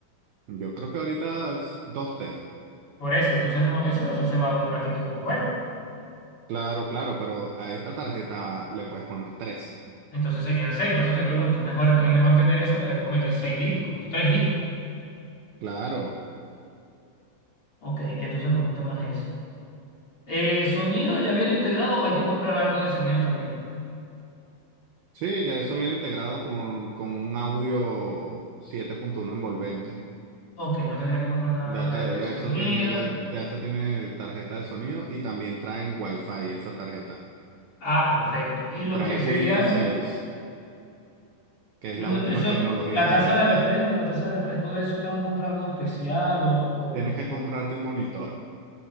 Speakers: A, on the right; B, on the left.
A: Yo creo que ahorita es 2 teras.
B: Por eso, entonces no, eso, eso se va en un ratito con juego.
A: Claro, claro, pero a esta tarjeta le puedes poner tres
B: Entonces serían 6, por eso te pregunto. Mejor, es mejor tener esa que le puedo meter 6 discos, 3 discos.
A: Claro.
B: Ok, entonces me gusta más esa. Eh, sonido ya viene integrado, hay que comprar algo de sonido también.
A: Sí, ya eso viene integrado con, con un audio siete punto uno envolvente.
B: Ok, no tendría que comprar nada
A: de ta-
B: de, de
A: ya
B: sonido.
A: eso tiene, de eso tiene tarjeta de sonido y también traen Wi-Fi esa tarjeta.
B: Ah, perfecto. Y lo
A: Trae
B: que sería,
A: Wi-Fi 6, que
B: no,
A: es la última
B: eso,
A: tecnología
B: la taza
A: de Wi-Fi.
B: de refresco, la taza de refresco de eso, tengo que comprar algo especial o, o cómo.
A: Tienes que comprarte un monitor,